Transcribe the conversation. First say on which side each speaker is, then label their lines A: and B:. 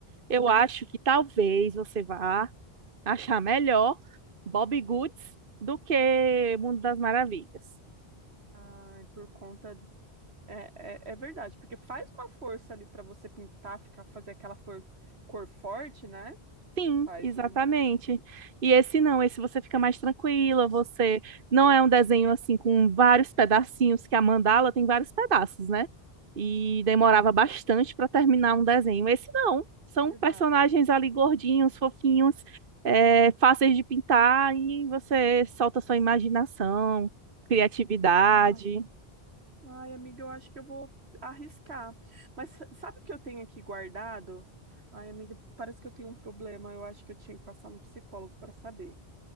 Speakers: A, on the right; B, on the right.
A: eu acho que talvez você vá achar melhor Bob Goods do que Mundo das Maravilhas.
B: Ai, por conta. É, é, é verdade, porque faz uma força ali para você pintar, ficar, fazer aquela for- cor forte, né?
A: Sim,
B: Faz
A: exatamente.
B: um.
A: E esse não, esse você fica mais tranquila, você não é um desenho assim com vários pedacinhos, que a mandala tem vários pedaços, né? E demorava bastante para terminar um desenho. Esse não, são
B: Verdade.
A: personagens ali gordinhos, fofinhos, é, fáceis de pintar e você solta sua imaginação, criatividade.
B: Ah. Ai, amiga, eu acho que eu vou arriscar. Mas sa- sabe o que eu tenho aqui guardado? Ai, amiga, parece que eu tenho um problema. Eu acho que eu tinha que passar no psicólogo para saber.